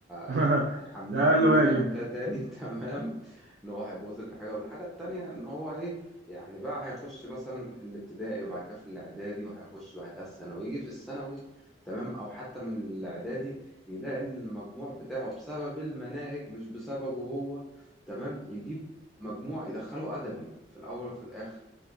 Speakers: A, on the right; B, in the centre.
A: <laughs>
B: يعني همنعه
A: ده أقل
B: ان
A: واجب
B: هو يعمل كده تاني <laughs> تمام ان هو هيبوظ لك الحاجه والحاجه التانيه ان هو ايه يعني بقى هيخش مثلا الابتدائي وبعد كده في الاعدادي وهيخش بعد كده الثانوي يجي في الثانوي تمام او حتى من الاعدادي يلاقي إن المجموع بتاعه بسبب المناهج مش بسببه هو تمام يجيب مجموع يدخله أدبي في الأول وفي الآخر